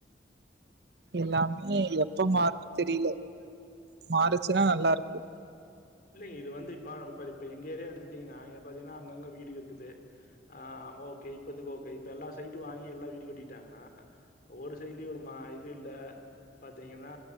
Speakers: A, on the right; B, on the left.
A: எல்லாமே எப்ப மாறும்னு தெரியல. மாறுச். சுன்னா நல்லா இருக்கு.
B: இல்லலைங்க இது வந்து இப்ப இப்ப இப்ப எங்க ஏரிய எடுத்துட்டீங்கன்னா இ பாத்தீங்கன்னா அங்கங்க வீடு இருக்குது. ஆஹ ஓக்கே இப்பதுக்கு ஓக்கே இப்ப எல்லா சைட்டு வாங்கி எல்லா வீடு கட்டிட்டாங்கன்னா ஒவ்வரு சைடுலயும் இது இல்ல. பாத்தீங்கன்னா